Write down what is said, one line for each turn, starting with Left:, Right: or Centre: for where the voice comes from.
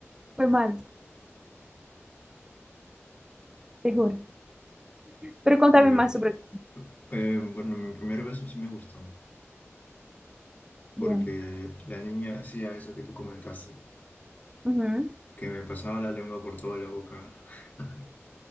Right: Fue mal, te juro. Pero contame
Left: Eh,
Right: más sobre...
Left: eh, bueno, mi primer beso sí me gustó, porque
Right: Bien.
Left: la niña hacía eso que tú comentaste,
Right: Ujú.
Left: que me pasaba la lengua por toda la boca. <laughs>